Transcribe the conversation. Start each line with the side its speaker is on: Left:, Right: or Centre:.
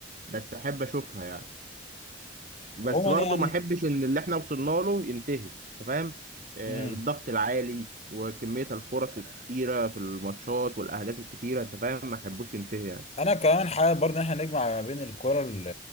Right: بس احب اشوفها يعني بس
Left: عموما
Right: برضه
Left: يعني
Right: ما احبش ان اللي احنا وصلنا له ينتهي انت فاهم آه،
Left: امم
Right: بالضغط العالي وكمية الفرص الكتيرة في الماتشات والاهداف الكتيرة انت فاهم ما احبوش ينتهي يعني
Left: انا كمان حابب برضه ان احنا نجمع ما بين الكرة ال-